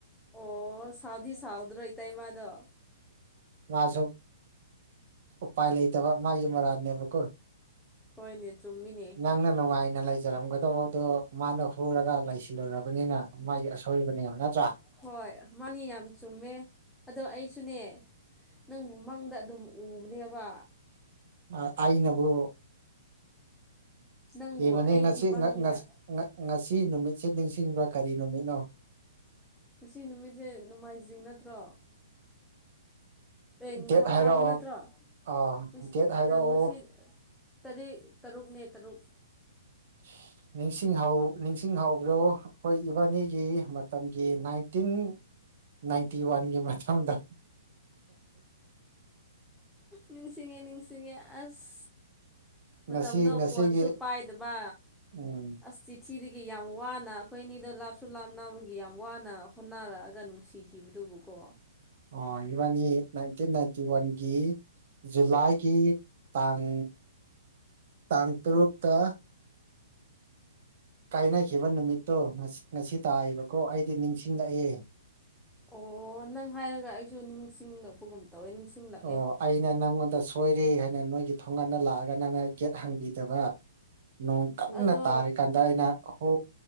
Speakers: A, in the centre; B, on the right (about 45°).
A: ꯑꯣ ꯁꯥꯎꯗꯤ ꯁꯥꯎꯗ꯭ꯔꯣꯇꯥꯏ ꯃꯥꯗꯣ
B: ꯃꯥꯁꯨ ꯎꯄꯥꯏ ꯂꯩꯇꯕ ꯃꯥꯒꯤ ꯃꯔꯥꯜꯅꯦꯕꯀꯣ
A: ꯍꯣꯏꯅꯦ ꯆꯨꯝꯃꯤꯅꯦ
B: ꯅꯪꯅ ꯅꯨꯡꯉꯥꯏꯅ ꯂꯩꯖꯔꯝꯒꯗꯧꯕ ꯑꯗꯨꯣ ꯃꯥꯅ ꯍꯨꯔꯒ ꯂꯩꯁꯤ ꯜꯂꯣꯏꯔꯕꯅꯤꯅ ꯃꯥꯒꯤ ꯑꯁꯣꯏꯕꯅꯦꯕ ꯅꯠꯇ꯭ꯔꯥ
A: ꯍꯣꯏ ꯃꯥꯅꯤ ꯌꯥꯝ ꯆꯨꯝꯃꯦ ꯑꯗꯣ ꯑꯩꯁꯨꯅꯦ ꯅꯪꯕꯨ ꯃꯪꯗ ꯑꯗꯨꯝ ꯎꯕꯅꯦꯕ
B: ꯑ ꯑꯏ ꯅꯕꯨ
A: ꯅꯪꯕꯨ
B: ꯌꯦꯕꯅꯤ
A: ꯑꯩꯒꯤ
B: ꯉꯁꯤꯁꯤ
A: ꯃꯪꯗ
B: ꯁꯤ ꯅꯨꯃꯤꯠꯁꯤꯦ ꯅꯤꯡꯁꯤꯡꯕ꯭ꯔꯥ ꯀꯔꯤ ꯅꯨꯃꯤꯠꯅꯣ
A: ꯉꯁꯤ ꯅꯨꯃꯤꯠꯁꯦ ꯅꯣꯡꯃꯥꯏꯖꯤꯡ ꯅꯠꯇ꯭ꯔꯣ ꯔꯦꯟ ꯅꯤꯡꯊꯧ
B: ꯗꯦꯠ ꯍꯥꯏꯔꯛꯑꯣ
A: ꯀꯥꯕ ꯅꯠꯇ꯭ꯔꯣ
B: ꯑꯥ
A: ꯉꯁꯤ
B: ꯗꯦꯠ ꯍꯥꯏꯔꯛꯑꯣ
A: ꯉꯁꯤ ꯇꯔꯦꯠ ꯇꯔꯨꯛꯅꯦ ꯇꯔꯨꯛ
B: <unintelligible> ꯅꯤꯡꯁꯤꯡꯍ ꯅꯤꯡꯁꯤꯡꯍꯧꯕ꯭ꯔꯣ ꯑꯩꯈꯣꯏ ꯏꯕꯥꯅꯤꯒꯤ ꯃꯇꯝꯒꯤ ꯅꯥꯏꯟꯇꯤꯟ ꯅꯥꯏꯟꯇꯤ ꯋꯥꯟꯒꯤ ꯃꯇꯝꯥꯡꯗ
A: ꯅꯤꯡꯁꯤꯡꯉꯦ ꯅꯤꯡꯁꯤꯡꯉꯦ ꯑꯁ ꯃꯇꯝꯗꯣ
B: ꯉꯁꯤ ꯉꯁꯤꯒꯤ
A: ꯐꯣꯟꯁꯨ ꯄꯥꯏꯗꯕ
B: ꯎꯝ
A: ꯑꯁ ꯆꯤꯊꯤꯗꯒꯤ ꯑꯩꯒꯤ ꯌꯥꯝ ꯋꯥꯅ ꯑꯩꯈꯣꯏ ꯑꯅꯤꯗꯣ ꯂꯥꯞꯁꯨ ꯂꯥꯞꯅꯕꯒꯤ ꯌꯥꯝ ꯋꯥꯅ ꯍꯣꯠꯅꯔꯛꯑꯒ ꯅꯨꯡꯁꯤꯈꯤꯕꯗꯨꯕꯨꯀꯣ
B: ꯑꯣ ꯏꯕꯥꯅꯤ ꯅꯥꯏꯟꯇꯤꯟ ꯅꯥꯏꯟꯇꯤ ꯋꯥꯟꯒꯤ ꯖꯨꯂꯥꯏꯒꯤ ꯇꯥꯡ ꯇꯥꯡ ꯇꯔꯨꯛꯇ ꯀꯥꯏꯅꯈꯤꯕ ꯅꯨꯃꯤꯠꯇꯣ ꯉꯁꯤ ꯇꯥꯏꯕꯀꯣ ꯑꯩꯗꯤ ꯅꯤꯡꯁꯤꯡꯂꯛꯑꯦ
A: ꯑꯣ ꯅꯪ ꯍꯥꯏꯔꯒ ꯑꯩꯁꯨ ꯅꯤꯡꯁꯤꯡꯂꯛꯄꯒꯨꯝ ꯇꯧꯋꯦ ꯅꯤꯡꯁꯤꯡꯂꯛꯑꯦ
B: ꯑꯣ ꯑꯩꯅ ꯅꯪꯉꯣꯟꯗ ꯁꯣꯏꯔꯤ ꯅꯣꯏꯒꯤ ꯊꯣꯡꯒꯥꯟꯗ ꯂꯥꯛꯑꯒ ꯅꯪꯅ ꯒꯦꯠ ꯍꯪꯕꯤꯗꯕ ꯅꯣꯡꯗꯝꯪꯅ
A: ꯑꯗꯣ
B: ꯇꯥꯔꯤꯀꯥꯟꯗ ꯑꯩꯅ ꯍꯣ